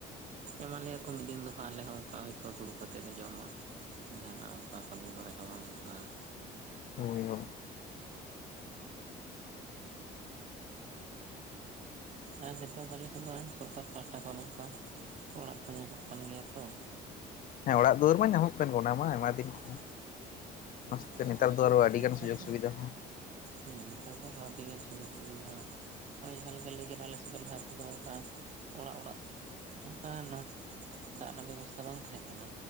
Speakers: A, on the right; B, on the left.
A: ᱮᱢ ᱞᱮᱭᱟ ᱠᱚ ᱢᱤᱫ ᱫᱤᱱ ᱫᱚ ᱦᱟᱸᱜ ᱟᱞᱮ ᱦᱚᱸ ᱚᱱᱠᱟ ᱦᱚᱭ ᱛᱚ ᱫᱩᱲᱩᱵ ᱠᱟᱛᱮᱜ ᱞᱮ ᱡᱚᱢᱟ ᱾ ᱡᱟᱦᱟᱱᱟᱜ ᱚᱱᱠᱟ ᱠᱟᱹᱢᱤ ᱵᱟᱲᱟ ᱦᱚᱸ ᱵᱟᱝ ᱦᱩᱭᱩᱜ-ᱟ ᱾
B: ᱦᱳᱭ, ᱦᱳᱭ᱾
A: ᱟᱨ ᱱᱮᱛᱚᱜ ᱫᱚ ᱟᱞᱮ ᱥᱮᱫ ᱫᱚ ᱥᱚᱨᱠᱟᱨ ᱯᱟᱦᱟᱴᱟ ᱠᱷᱚᱱ ᱱᱚᱝᱠᱟ ᱚᱲᱟᱜ ᱠᱚ ᱧᱟᱢᱚᱜ ᱠᱟᱱ ᱜᱮᱭᱟ ᱛᱚ ᱾
B: ᱦᱮᱸ ᱚᱲᱟᱜ ᱫᱩᱣᱟᱹᱨ ᱢᱟ ᱧᱟᱢᱚᱜ ᱠᱟᱱ ᱜᱮ ᱚᱱᱟ ᱢᱟ ᱟᱭᱢᱟ ᱫᱤᱱ ᱠᱷᱚᱱ
A: ᱦᱮᱸ
B: ᱚᱱᱟ
A: ᱚᱲᱟᱜ
B: ᱥᱟᱣ ᱛᱮ ᱱᱮᱛᱟᱨ
A: ᱫᱩᱣᱟᱹᱨ
B: ᱫᱚ ᱟᱨᱚ ᱟᱹᱰᱤ
A: ᱱᱮᱛᱟᱨ
B: ᱜᱟᱱ ᱥᱩᱡᱳᱜᱽ
A: ᱫᱚ
B: ᱥᱩᱵᱤᱫᱷᱟ ᱦᱚᱸ᱾
A: ᱦᱮᱸ ᱱᱮᱛᱟᱨ ᱫᱚ ᱟᱨᱚᱸ ᱟᱹᱰᱤ ᱜᱟᱱ ᱥᱩᱡᱳᱜ ᱥᱩᱵᱤᱫᱷᱟ ᱱᱚᱜᱚᱭ ᱡᱟᱦᱟ ᱞᱮᱠᱟ ᱞᱟᱹᱭ ᱜᱟᱱᱚᱜ-ᱟ᱾ ᱟᱞᱮ ᱥᱮᱫ ᱫᱚ ᱞᱟᱦᱟ ᱛᱮᱫᱚ ᱚᱱᱠᱟ ᱚᱲᱟᱜ, ᱚᱲᱟᱜ ᱚᱱᱠᱟᱱᱟᱜ ᱫᱟᱜ ᱨᱮᱱᱟᱜ ᱵᱮᱵᱚᱥᱛᱷᱟ ᱵᱟᱝ ᱛᱟᱦᱮᱸ ᱠᱟᱱᱟ